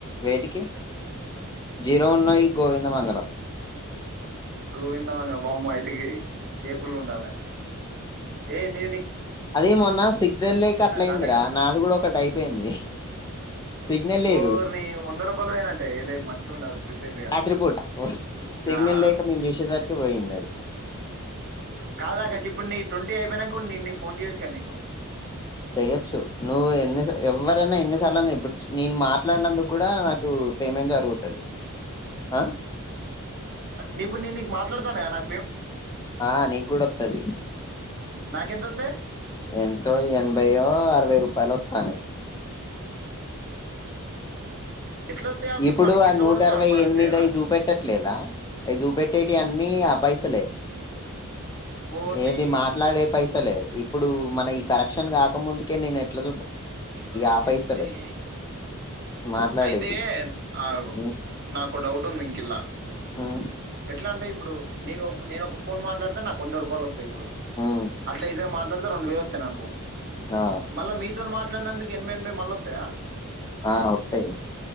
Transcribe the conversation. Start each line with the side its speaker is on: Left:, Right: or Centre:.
Left: వెయిట్కి zero ఉన్నాయి గోవింద మంగళం
Right: గోవిందంగ బామ్మ అయితే కేర్ఫుల్ ఉండాలి ఏ నీ
Left: అదే మొన్న సిగ్నల్ లేక అట్ల అయిందిరా
Right: రాలేగా
Left: నాది కూడా ఒకటి అయిపోయింది సిగ్నల్ లేదు
Right: వొరిని వంద రూపాయలు పోయినట్టే మంచిగ ఉండాలి ప్రిపేర్డ్గా
Left: రాత్రిపూట సిగ్నల్
Right: ఆహా
Left: లేేక మేము చేసేసరికి పోయిందది
Right: కాదాకాష్ ఇప్పుడు నీ ట్వంటీ అయిపోయినంక నేన్ నీకు ఫోన్ చేయచ్చు కదా నీకు
Left: చెయ్యచ్చు నువ్వు ఎన్నిస ఎవరైనా ఎన్నిసార్లు ఐన ఇపు నేను మాట్లాడినందుకు కూడా నాకు పేమెంట్ జరుగుతది ఆ
Right: నిబు నన్గ మాట్లాడదా అ నా
Left: ఆ నీ కూడా వస్తది
Right: నాకు ఎంతోతాయ్
Left: ఎంతో ఎనభైో అరవై రూపాయలు వస్తానయి
Right: ఎట్లా వస్తాయి అవి
Left: ఇప్పుడు
Right: మనకి
Left: ఆ
Right: ఎట్లా
Left: నూట
Right: పడతాయి
Left: అరవై
Right: అవి మనకు
Left: ఎనిమిది
Right: వస్తాయా
Left: అవి చూపెట్టట్లేదా అవి చూపెట్టేటి అన్నిీ ఆ పైసలే
Right: ఓర్ని
Left: ఏది మాట్లాడే పైసలే ఇప్పుడు మన ఈ కరక్షన్ కాక ముందుకి నేను ఎట్లా
Right: రికార్డింగ్
Left: ఆ
Right: చేస్తుాయి
Left: పైసలే మాట్లాడేటి
Right: అయితే అగు
Left: ఉమ్
Right: నాకు ఓ డౌట్ ఉంది ఇంకలా
Left: ఉమ్
Right: ఎట్లా అం ఇప్పుడు నేను నేను ఒక ఫోన్ మాట్లాడితే నాకు వంద రూపాయలు ఇప్పుడు
Left: ఉమ్
Right: అట్లా ఇదిే మాట్లాడు రెండు వేలు వాస్తాయి నాకు
Left: ఆ
Right: మళ్ళ మీతో మా ఇ నందకి ఎంమ ఎన్భ మలోతాయ
Left: ఆ వస్తాయి